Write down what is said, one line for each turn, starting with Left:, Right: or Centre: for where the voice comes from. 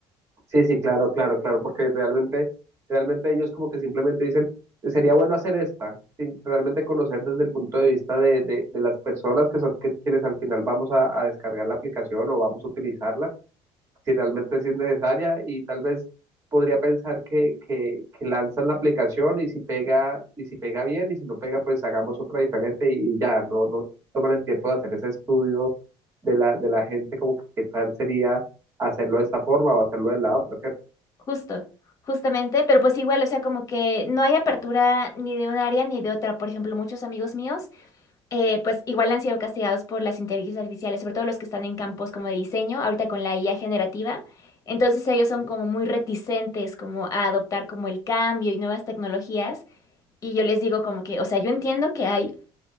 Right: Sí, sí, claro, claro, claro, porque realmente, realmente ellos como que simplemente dicen, sería bueno hacer esta, sin realmente conocer desde el punto de vista de, de- de las personas que son que- quienes al final vamos a, a descargar la aplicación o vamos a utilizarla si realmente sí es necesaria y tal vez podría pensar que, que, que lanzan la aplicación y si pega, y si pega bien y si no pega, pues hagamos otra diferente y, y ya, no, no toman el tiempo de hacer ese estudio de la, de la gente como que qué tal sería hacerlo de esta forma o hacerlo de la otra, ¿cierto?
Left: Justo, justamente, pero pues igual, o sea, como que no hay apertura ni de un área ni de otra. Por ejemplo, muchos amigos míos eh, pues igual han sido castigados por las inteligencias artificiales, sobre todo los que están en campos como de diseño, ahorita con la IA generativa. Entonces ellos
Right: Sí,
Left: son como muy reticentes como a adoptar como el cambio y nuevas tecnologías. Y yo les digo como que, o sea, yo entiendo que hay